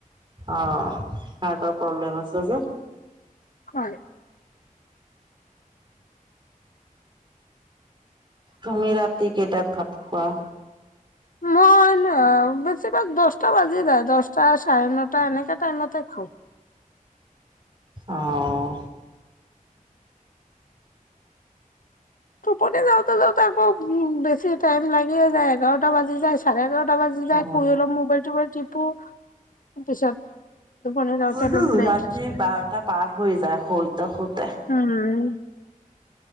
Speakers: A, on the right; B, on the left.
A: অ হাৰ্টৰ প্ৰব্লেম আছে যে
B: হয়।
A: তুমি ৰাতি কেইটাত ভাত খোৱা।
B: মই ন বেছিভাগ দশটা বাজি য দশটা চাৰে ন। এনেকে টাইমততে খাও
A: অঁ
B: টোপনি যাওঁতে যাওঁতে আকৌ উ বেছি টাইম লাগিয়ে যায় এঘাৰটা বাজি যায় চাৰে এঘাৰটা ক বাজি যায়
A: অ
B: কুহ ল মোবাইল টোোবাইল টিপো। পিছত টোপনি যাওঁতে
A: ৰাতি
B: অলপ লেট
A: বাৰটা পাৰ হৈ যায় শৰঞ্জ।
B: উম